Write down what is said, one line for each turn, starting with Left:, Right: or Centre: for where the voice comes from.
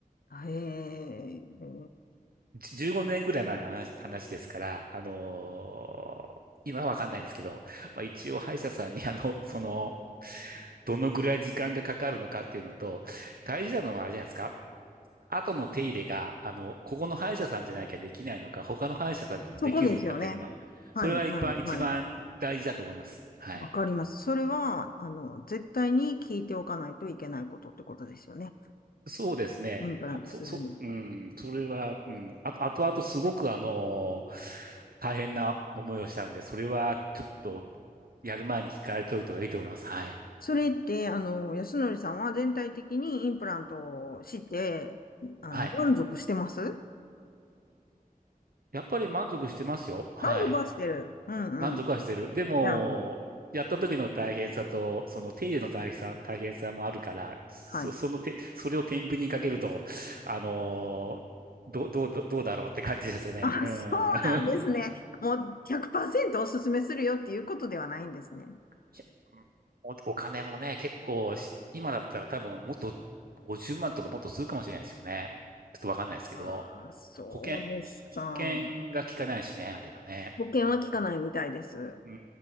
Left: へえ、
Right: じゅ15年ぐらい前の話、話ですから、あのー今はわかんないんですけど、まあ、一応歯医者さんにあの、その、どのぐらい時間がかかるのかっていうのと、大事なのはあれじゃないですか。後の手入れが、あの、ここの歯医者さんじゃなきゃできないのか、他の歯医者さんでもできるのかっていうのは、
Left: そこですよね。はい、
Right: それは一番、
Left: はい、
Right: 一番大事だと思います。
Left: はい。
Right: はい。
Left: わかります。それは、あの、絶対に聞いておかないといけないことってことですよね。
Right: そうですね。
Left: インプラントするには。
Right: はそ、そ、うん、それは、うん、あ、あとあとすごくあのー大変な思いをしたんで、それはちょっとやる前に聞かれておいた方がいいと思います。はい。
Left: それって、あの、安則さんは全体的にインプラントをして、あの、
Right: はい。
Left: 満足してます
Right: やっぱり満足してますよ。はい。
Left: 満足はしてる。うんうん。
Right: 満足はしてる。でも、
Left: なるほど。
Right: やった時の大変さと、その手入れの大変さ、大変さもあるから、そ、
Left: はい。
Right: その手、それを天秤にかけると、あのーど、どう、どうどうだろうって感じですよね。
Left: あ、
Right: うん。
Left: そうなんですね。
Right: <laughs>
Left: もう100%おすすめするよっていうことではないんですね。
Right: いやお、お金もね、結構し、今だったら多分もっと50万とかもっとするかもしれないですよね。ちょっとわかんないですけど、
Left: ああ、そうですか。
Right: 保険、ほ保険が効かないしね、あればね。
Left: 保険は効かないみたいです。
Right: うー